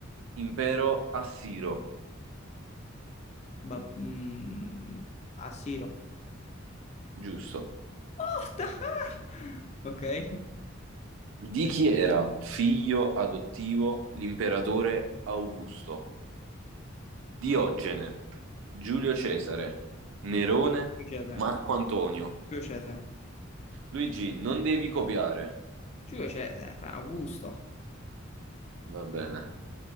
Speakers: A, on the right; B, on the left.
A: impero assiro,
B: Ba- mm, Assiro.
A: giusto.
B: What the hell? <laughs> Ok.
A: Di chi era figlio adottivo l'imperatore Augusto? Diogene, Giulio Cesare, Nerone,
B: Giulio Cesare.
A: Marco Antonio.
B: Giulio Cesare.
A: Luigi, non devi copiare.
B: Giulio Cesare, fra Augusto.
A: Va bene.